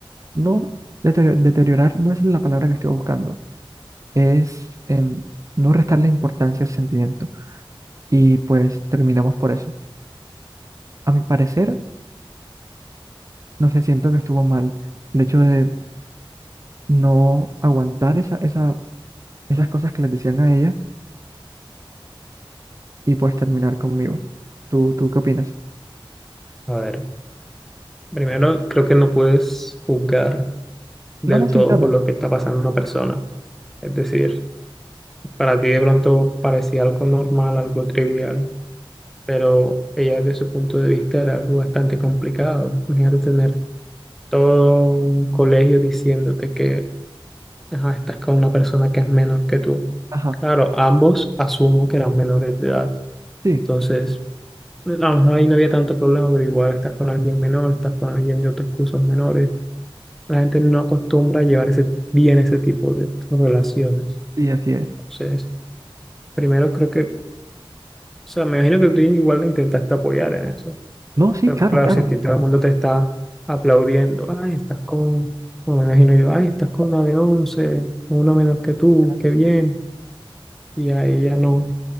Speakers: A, on the right; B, in the centre.
A: No, deterior deteriorar no es la palabra que estoy buscando, es em, no restarle importancia al sentimiento. Y pues terminamos por eso. A mi parecer, no sé, siento que estuvo mal el hecho de no aguantar esa, esa, esas cosas que les decían a ella y pues terminar conmigo. ¿Tú, tú qué opinas?
B: A ver, primero creo que no puedes juzgar del
A: No, no, sí,
B: todo
A: claro.
B: por lo que está pasando una persona. Es decir, para ti de pronto parecía algo normal, algo trivial, pero ella desde su punto de vista era algo bastante complicado. Imagínate tener todo un colegio diciéndote que ajá, estás con una persona que es menor que tú.
A: Ajá,
B: Claro, ambos asumo que eran menores de edad.
A: sí,
B: Entonces, a lo mejor ahí no había tanto problema, pero igual estás con alguien menor, estás con alguien de otros cursos menores. La gente no acostumbra a llevar ese, bien ese tipo de relaciones.
A: sí, así es.
B: Entonces, primero creo que, o sea, me imagino que tú igual le intentaste apoyar en eso,
A: No, sí,
B: pero
A: claro,
B: claro,
A: claro.
B: si a ti todo
A: No,
B: el mundo te está aplaudiendo, ay, estás con, bueno, me imagino yo, ay, estás con una de 11 una menos que tú,
A: ya,
B: qué bien,
A: sí.
B: y a ella no,